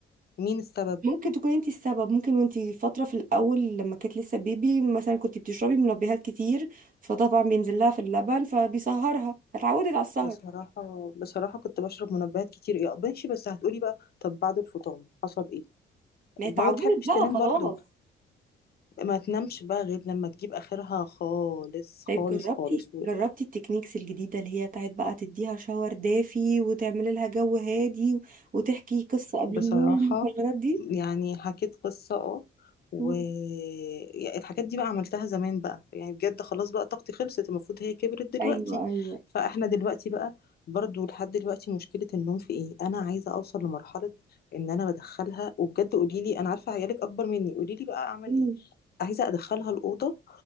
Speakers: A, on the left; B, on the right.
A: مين السبب
B: ممكن تكون انت السبب ممكن وانت فترة في الأول لما كانت لسه بيبي مثلا كنت بتشربي منبهات كتير فطبعا بينزل لها في اللبن فبيسهرها اتعودت على السهر
A: بصراحة بصراحة كنت بشرب منبهات كتير يا ماشي بس هتقولي بقى طب بعد الفطام حصل ايه
B: ما هي اتعودت
A: ما بتحبش
B: بقى
A: تنام
B: خلاص
A: برضو ما تنامش بقى غير لما تجيب اخرها خالص خالص
B: طيب جربتي
A: خالص
B: جربتي التكنيكس الجديدة اللي هي بتاعت بقى تديها شاور دافي وتعملي لها جو هادي و- وتحكي قصة قبل
A: بصراحة
B: النوم والحوارات دي
A: يعني حكيت قصة اه والحاجات
B: مم.
A: دي بقى عملتها زمان بقى يعني بجد خلاص بقى طاقتي خلصت المفروض هي كبرت دلوقتي
B: ايوه ايوه
A: فاحنا دلوقتي بقى برضو لحد دلوقتي مشكلة النوم في ايه انا عايزة اوصل لمرحلة ان انا بدخلها وبجد قولي لي انا عارفة عيالك اكبر مني قولي لي بقى اعمل
B: مم.
A: ايه عايزة ادخلها الأوضة